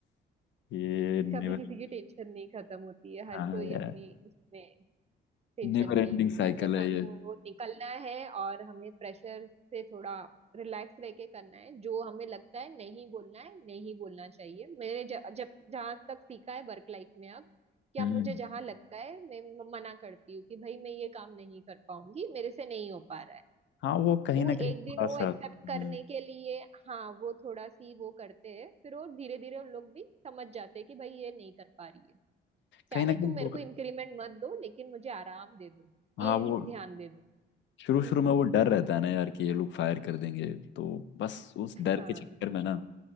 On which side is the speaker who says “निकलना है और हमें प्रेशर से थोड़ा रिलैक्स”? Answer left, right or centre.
Right